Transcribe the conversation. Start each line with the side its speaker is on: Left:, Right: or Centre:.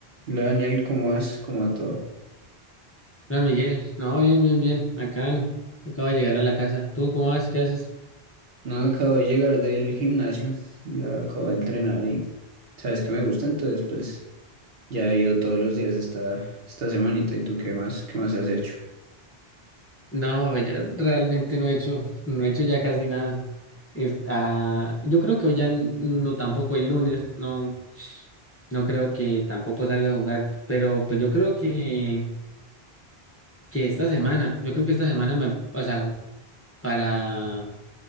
Right: Hola Daniel, ¿cómo vas? ¿Cómo va todo?
Left: Hola Miguel, no, bien, bien, bien, acá en- acabo de llegar a la casa. ¿Tú cómo vas? ¿Qué haces?
Right: No, acabo de llegar del gimnasio, la acabo de entrenar y sabes que me gusta, entonces pues ya he ido todos los días esta, esta semanita y tú qué más, qué más has hecho.
Left: No, yo realmente no he hecho, no he hecho ya casi nada. Es- ah, yo creo que hoy ya n- no tampoco el lunes, no, no creo que tampoco salga a jugar, pero pues yo creo que, que esta semana, yo creo que esta semana me, o sea, para